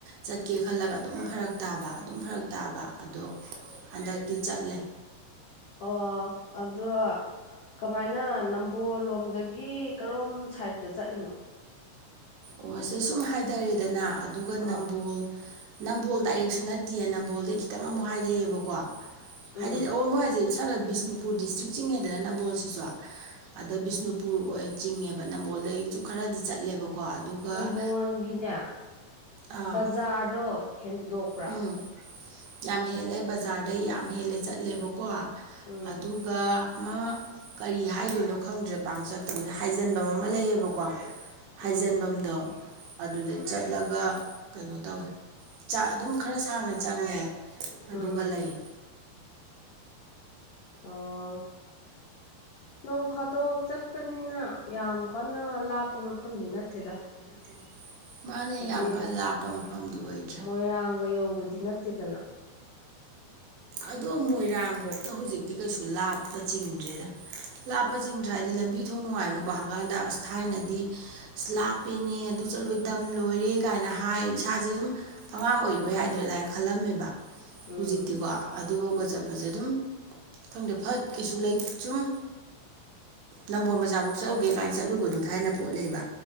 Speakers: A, on the right; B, on the left.
A: ꯆꯠꯀꯦ ꯈꯜꯂꯒ ꯑꯗꯨꯝ ꯐꯔꯛ ꯇꯥꯕ ꯑꯗꯨꯝ ꯐꯔꯛ ꯇꯥꯕ ꯑꯗꯣ ꯍꯟꯗꯛꯇꯤ ꯆꯠꯂꯦ
B: ꯑꯣ ꯑꯗꯣ ꯀꯃꯥꯏꯅ ꯅꯝꯕꯣꯜ ꯂꯣꯝꯗꯒꯤ ꯀꯔꯣꯝ ꯁꯥꯏꯠꯇ ꯆꯠꯂꯤꯅꯣ
A: ꯑꯣ ꯁꯦ ꯁꯨꯝ ꯍꯥꯏꯊꯔꯦꯗꯅ ꯑꯗꯨꯒ
B: ꯑꯥ
A: ꯅꯝꯕꯣꯜ ꯅꯝꯕꯣꯜ ꯗꯥꯏꯔꯦꯛꯁꯨ ꯅꯠꯇꯦꯌꯦ ꯅꯝꯕꯣꯜꯗꯩ ꯈꯤꯇꯪ ꯑꯃꯨꯛ ꯍꯥꯏꯗꯩꯑꯦꯕꯀꯣ
B: ꯎꯝ
A: ꯍꯥꯏꯗꯤ ꯑꯣ ꯃꯣꯏ ꯍꯧꯖꯤꯛ ꯈꯔ ꯕꯤꯁꯅꯨꯄꯨꯔ ꯗꯤꯁꯇ꯭ꯔꯤꯛ ꯆꯤꯡꯉꯧꯗꯅ ꯅꯝꯕꯣꯜꯁꯤꯁꯨ ꯑꯗ ꯕꯤꯁꯅꯨꯄꯨꯔ ꯑꯣꯏ ꯆꯤꯡꯉꯦꯕ ꯅꯝꯕꯣꯜꯗꯩꯁꯨ ꯈꯔꯗꯤ ꯆꯠꯂꯦꯕꯀꯣ ꯑꯗꯨꯒ
B: ꯅꯝꯕꯣꯣꯟꯒꯤꯅꯦ
A: ꯑꯥ
B: ꯕꯖꯥꯔꯗꯣ ꯍꯦꯟꯗꯣꯛꯄ꯭ꯔꯥ
A: ꯎꯝ ꯌꯥꯝ ꯍꯦꯜꯂꯦ ꯕꯖꯥꯔꯗꯩ ꯌꯥꯝ ꯍꯦꯜꯂꯦ ꯆꯠꯂꯦꯕꯀꯣ
B: ꯎꯝ
A: ꯑꯗꯨ ꯥꯛ ꯑꯃ ꯀꯔꯤ ꯍꯥꯏꯗꯣꯏꯅꯣ ꯈꯪꯗ꯭ꯔꯦ ꯄꯥꯛ ꯆꯠꯇꯕꯅꯤꯅ ꯍꯥꯏꯖꯤꯟꯕ ꯑꯃ ꯂꯩꯌꯦꯕꯀꯣ ꯍꯥꯏꯖꯟꯐꯝꯗꯣ
B: ꯎꯝ
A: ꯑꯗꯨꯗ ꯆꯠꯂꯒ ꯀꯩꯅꯣ ꯇꯧꯋꯦ ꯆꯥꯛ ꯑꯗꯨꯝ ꯈꯔ ꯁꯥꯡꯅ ꯆꯪꯉꯦ ꯑꯗꯨꯒ
B: ꯎꯝ
A: ꯂꯩ
B: ꯑꯣ ꯅꯣꯡ ꯐꯥꯗꯣꯛ ꯆꯠꯄꯅꯤꯅ ꯌꯥꯝ ꯀꯟꯅ ꯂꯥꯞꯄ ꯃꯐꯝꯗꯤ ꯅꯠꯇꯦꯗ
A: <unintelligible>
B: ꯍꯥꯏꯗꯤ
A: ꯌꯥꯝ ꯀꯟꯅ ꯂꯥꯞꯄ ꯃꯐꯝꯗꯤ ꯑꯣꯏꯗ꯭ꯔꯦ
B: ꯃꯣꯏꯔꯥꯡꯒ ꯌꯧꯕꯗꯤ ꯅꯠꯇꯦꯗꯅ <inaudible>
A: ꯑꯗꯣ ꯃꯣꯏꯔꯥꯡꯐꯧꯇ ꯍꯧꯖꯤꯛꯇꯤ ꯀꯩꯁꯨ ꯂꯥꯞꯄ ꯆꯤꯡꯗ꯭ꯔꯦꯗ ꯂꯥꯞꯄꯆꯤꯡꯗ꯭ꯔꯦ ꯍꯥꯏꯗꯤ ꯂꯝꯕꯤ ꯊꯣꯡ ꯅꯨꯡꯉꯥꯏꯕꯅꯀꯣ ꯍꯪꯒꯥꯥꯡꯗ ꯑꯁ ꯊꯥꯏꯅꯗꯤ ꯂꯥꯞꯄꯦꯅꯦ ꯑꯗꯨ ꯆꯠꯂꯨꯕ ꯗꯝ ꯂꯣꯏꯔꯦ ꯀꯥꯏꯅ ꯍꯥꯏ ꯏꯁꯥꯁꯦ ꯁꯨꯝ ꯑꯉꯥꯡ ꯑꯣꯏꯔꯤꯕ ꯌꯥꯏꯗ꯭ꯔꯣ ꯑꯗꯨꯃꯥꯏꯅ ꯈꯜꯂꯝꯃꯦꯕ
B: ꯎꯝ
A: ꯍꯧꯖꯤꯛꯇꯤꯀꯣ ꯑꯗꯨꯐꯥꯎꯒ ꯆꯠꯄꯁꯦ ꯑꯗꯨꯝ ꯈꯪꯗꯦ ꯐꯠ ꯀꯩꯁꯨ ꯂꯩ ꯆꯨꯝ ꯅꯝꯕꯣꯜ ꯕꯖꯥꯔꯐꯥꯎ ꯆꯠꯂꯨꯒꯦ ꯀꯥꯏꯅ ꯆꯠꯂꯨꯕꯗꯣ ꯊꯥꯏꯅ ꯄꯣꯠ ꯂꯩꯕ